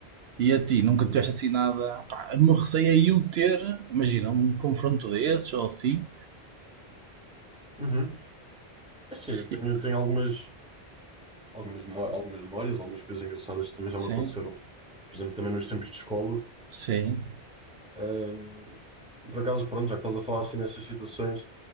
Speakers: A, on the right; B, in the centre.
A: E a ti, nunca tiveste assim nada. Pá, o meu receio é eu ter, imagina, um confronto desses ou assim.
B: Uhum. É Assim, eu tenho,
A: E-
B: tenho algumas, algumas, memó- algumas memórias, algumas coisas engraçadas que também já
A: Sim,
B: me aconteceram. Por exemplo, também nos tempos de escola.
A: sim.
B: Um, e por acaso, pronto, já que estás a falar assim nestas situações,